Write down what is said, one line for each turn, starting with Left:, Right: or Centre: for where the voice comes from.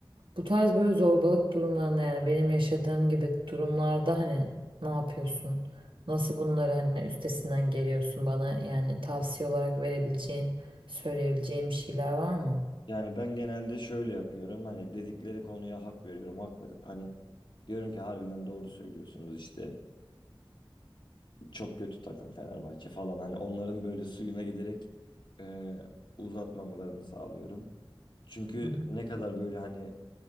Right: Bu tarz böyle zorbalık durumlarında yani benim yaşadığım gibi durumlarda hani ne yapıyorsun? Nasıl bunları hani üstesinden geliyorsun? Bana yani tavsiye olarak verebileceğin, söyleyebileceğin bir şeyler var mı?
Left: Yani ben genelde şöyle yapıyorum. Hani dedikleri konuya hak veriyorum. Hak hani diyorum ki harbiden doğru söylüyorsunuz işte. çok kötü takım Fenerbahçe falan. Hani onların böyle suyuna giderek e, uzatmamalarını sağlıyorum. Çünkü
Right: Hı hı.
Left: ne kadar böyle hani